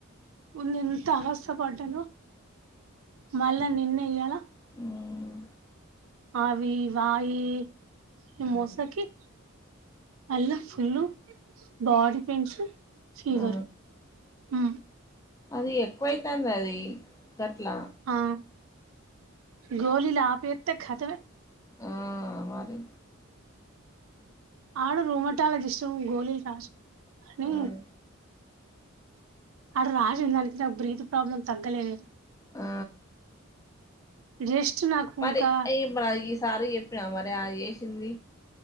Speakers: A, on the right; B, on the left.
A: ముందు ఎంత అవస్థ పడ్డానో మళ్ళా నిన్న ఈయ్యాల
B: ఉమ్
A: అవి వాయి మోసకి మళ్ళా ఫుల్లు బాడీ పెయిన్స్ ఫీవర్
B: ఆ
A: హ్
B: అది ఎక్కువైతంది. అది గట్లా
A: ఆ గోలీలు ఆపేత్తె కతమే
B: ఆ మరి
A: ఆడ రూమటాలజస్ట్ గోలీలు రాసిండు. అనీ
B: ఆ
A: అడ రాసి దానికి నాకు బ్రీత్ ప్రాబ్లమ్ తగ్గలేదే.
B: ఆ
A: జస్ట్ నాకు
B: మరి
A: ఇంకా
B: ఏం రా ఇస్ సార్ చెప్పినా మరి అ ఏసింది